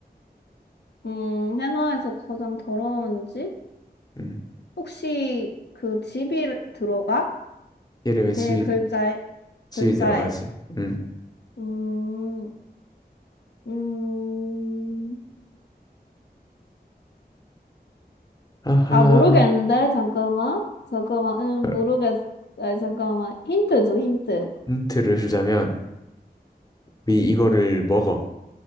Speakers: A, on the left; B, on the left.
A: 음, 해나에서 가장 더러운 집?
B: 음,
A: 혹시 그 집이 들어가?
B: 이름에
A: 걔
B: 집이,
A: 글자에, 글자에.
B: 집이 들어가지. 음.
A: 음, 음.
B: 아하.
A: 아, 모르겠는데? 잠깐만. 잠깐만. 음,
B: 어,
A: 모르겠. 아, 잠깐만. 힌트 줘, 힌트.
B: 힌트를 주자면, 우리 이거를 먹어,